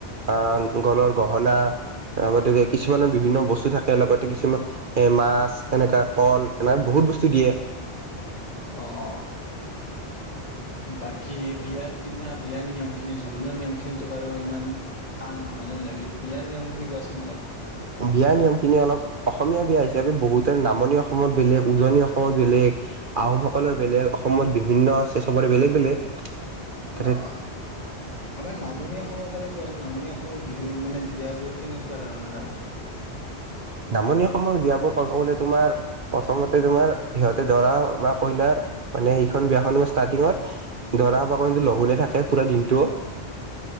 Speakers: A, on the right (about 50°); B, on the left (about 35°).
A: আহ গলৰ গহনা লগতে কিছুমানৰ বিভিন্ন বস্তু থাকে লগতে কিছুমান এৰ মাছ এনেকা কল এনেক বহুত বস্তু দিয়ে
B: অ বাকী বিয়াৰ দিনা বিয়াৰ নিয়মখিনি জোৰোণৰ নিয়ম খিনো বাৰু ইমান টান নহয় যেন লাগিল বিয়াৰ নিয়ম খিনি কোৱাচোন অলপ
A: বিয়া নিয়ম খিনি অলপ অসমীয়া বিয়া হিচাপে বহুত নামনি অসমত বেলেগ উজনি অসমত বেলেগ আহোমসকলৰ বেলেগ অসমত বিভিন্ন আছে সবৰে বেলেগ বেলেগ তাতে
B: অ আমাৰ নামনি অসমৰ ফালে কোৱাচোন নামনি অসমৰ বিহু মানে বিয়াবোৰ কেনেকুৱা ধৰণৰ
A: নামনি অসমৰ বিয়াবোৰ ক'ব গলে তোমাৰ প্ৰথমতে তোমাৰ সিহঁতে দৰা বা কইনাৰ মানে এইখন বিয়াখন ষ্টাৰ্টিঙত দৰা বা কইনটো লঘোনে থাকে পুৰা দিনটো